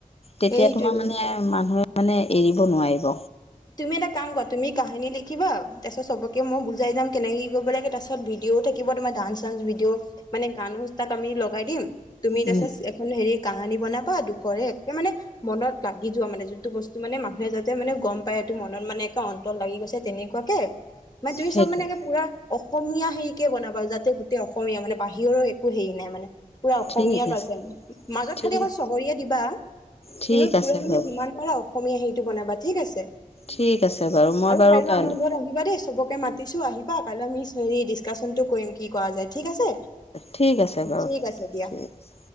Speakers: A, on the left; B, on the left.
A: তেতিয়া
B: সেইটোৱে
A: তোমাৰ মানে মানুহে মানে এৰিব নোৱাৰিব।
B: তুমি এটা কাম ক তুমি কাহিনী লি থাকিবা তাপিছত চবকে মই বুজাই যাম কেনেকৈ কি কৰিব লাগ তপিছত ভিডিঅ' থাকিব তোমাৰ ডান্স চানস ভিডিঅ'। মানে গানো তাত আমি লগাই দিম তুমি তাৰপিছত।
A: উম,
B: খন হেৰি কাঙানী বনাবা দুখৰে একে মানে। মনত লাগি যোৱা মানে যোনটো বস্তু মানে মানুহে যাতে মানে গম প তোৰ মনত মানে একে অন্তৰ লাগি গৈছে তেনেকুৱাকে মানে তুমি
A: সেইটোৱে
B: চব মানে পুৰা। অসমীয়া হেৰিকে বনাবা যাতে গোটেই অসমীয়া মানে বাহিৰৰ একো হেৰি নাই মানে। পুৰা অসমীয়া
A: ঠিক
B: কজে
A: আছে
B: মাজত
A: ঠিক
B: খালি আকৌ চহৰয়ে দিবা
A: ঠিক
B: কিন্তু পুৰা
A: আছে
B: মানে
A: বাৰু
B: যিমান পাৰা অসমীয়া হেৰিটো বনাবা ঠিক আছে।
A: ঠিক আছে বাৰু মই
B: আৰু
A: বাৰু কাইলৈ।
B: আমাৰ আহিবা দেই চবকে মাতিছো আহিবা কাইলৈ আমি হেৰি ডিছকাশচনটো কৰিম। কি কৰা যায় ঠিক আছে
A: ঠিক আছে বাৰু
B: ঠিক আছে দিয়া।
A: ঠিক আছে